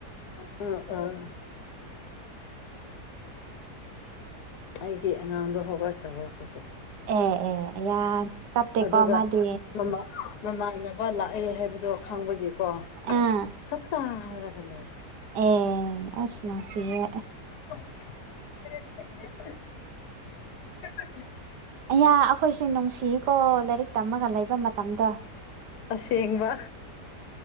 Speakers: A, on the left (about 70°); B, on the right (about 80°).
A: ꯑ ꯑꯥ ꯑꯩꯒꯤ ꯑꯉꯥꯡꯗꯣ ꯍꯧꯒꯠꯈ꯭ꯔꯕ ꯍꯧꯖꯤꯛ
B: ꯑꯦ ꯑꯦ ꯑꯌꯥ ꯀꯞꯇꯦꯀꯣ
A: ꯑꯗꯨꯒ
B: ꯃꯥꯗꯤ
A: ꯃꯃꯥ ꯃꯃꯥꯟꯅꯕ ꯂꯥꯛꯑꯦ ꯍꯥꯏꯕꯗꯣ ꯈꯪꯕꯒꯤꯀꯣ
B: ꯑꯥ
A: ꯈꯠꯇꯥ ꯍꯥꯏꯔꯒꯅꯦ
B: ꯑꯦ ꯑꯩꯁ ꯅꯨꯡꯁꯤꯌꯦ
A: <unintelligible> <inaudible>
B: ꯑꯌꯥ ꯑꯩꯈꯣꯏꯁꯦ ꯅꯨꯡꯁꯤꯀꯣ ꯂꯥꯏꯔꯤꯛ ꯇꯝꯃꯒ ꯂꯩꯕ ꯃꯇꯝꯗꯣ
A: ꯑꯁꯦꯡꯕ